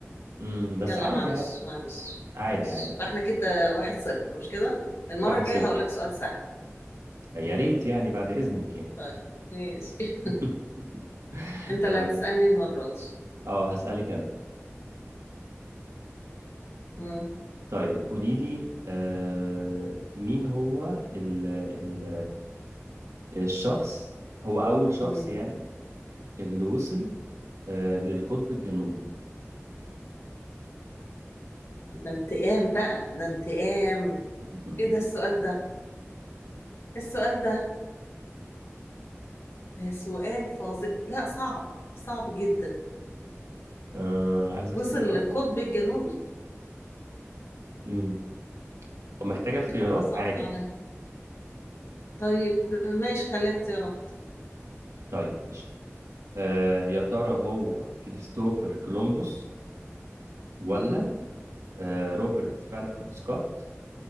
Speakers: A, on the right (about 80°); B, on the left (about 60°).
A: مم. بس
B: يلا
A: عادي
B: معلش
A: عادي
B: معلش
A: عادي
B: معلش
A: عادي عادي
B: احنا كده واحد صفر مش كده المرة
A: واحد
B: الجاية
A: صفر
B: هقولك سؤال سهل
A: يا ريت يعني بعد إذنك يعني
B: طيب ماشي <laughs>
A: <laughs>
B: انت
A: طيب
B: اللي هتسألني المرة دي
A: اه هسألك انا
B: مم.
A: طيب قولي لي آه مين هو ال ال آه، الشخص هو أول شخص
B: مم.
A: يعني اللي وصل آه للقطب الجنوبي
B: ده انتقام بقى ده انتقام
A: <laughs>
B: ايه ده السؤال ده السؤال ده ده سؤال فظيع لا صعب صعب جدا
A: آه عايز
B: وصل
A: اختيارات
B: للقطب الجنوبي
A: مم. ومحتاجة اختيارات
B: لا ده صعب
A: عادي
B: عليا طيب ماشي خليها اختيارات
A: طيب ماشي آه يا ترى هو كريستوفر كولومبوس ولا
B: مم.
A: آه روبرت فالكون سكوت